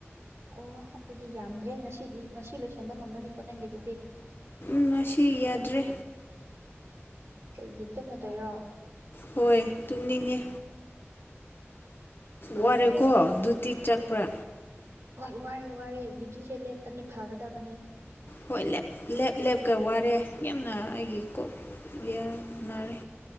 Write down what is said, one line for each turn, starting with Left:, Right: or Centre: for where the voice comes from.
Right: ꯑꯣ ꯑꯗꯨꯗꯤ ꯌꯥꯝꯗ꯭ꯔꯦ ꯉꯁꯤꯗꯤ ꯉꯁꯤ ꯂꯣꯏꯁꯤꯟꯕ ꯉꯝꯅꯅꯤꯡꯕꯣ ꯅꯪꯒꯤ ꯑꯗꯨꯗꯤ
Left: ꯉꯥꯁꯤ ꯌꯥꯗ꯭ꯔꯦ
Right: ꯀꯩꯒꯤ ꯇꯨꯝꯃꯗꯣꯏꯔꯣ
Left: ꯍꯣꯏ ꯇꯨꯝꯅꯤꯡꯉꯦ
Right: ꯑꯣ
Left: ꯋꯥꯔꯦꯀꫭ ꯗꯨꯇꯤ ꯆꯠꯀ꯭ꯔ
Right: ꯍꯣꯏ ꯋꯥꯔꯦ ꯋꯥꯔꯦ ꯗꯨꯇꯤꯁꯦ ꯂꯦꯞꯄꯗꯤ ꯐꯒꯗꯕꯅꯦ
Left: ꯍꯣꯏ ꯂꯦ ꯂꯦꯞ ꯂꯦꯞꯀ ꯋꯥꯔꯦ ꯌꯥꯝꯅ ꯑꯩꯒꯤ ꯀꯌꯥꯅꯔꯦ